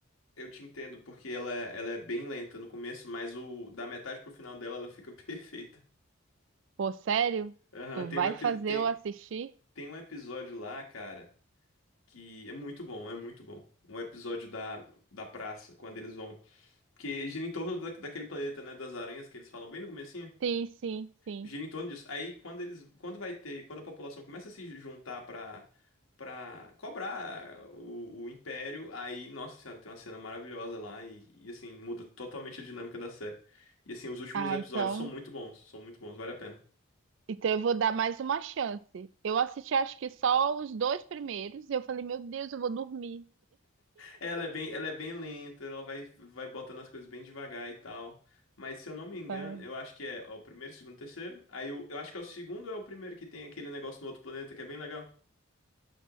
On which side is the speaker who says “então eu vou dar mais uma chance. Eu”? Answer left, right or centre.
Right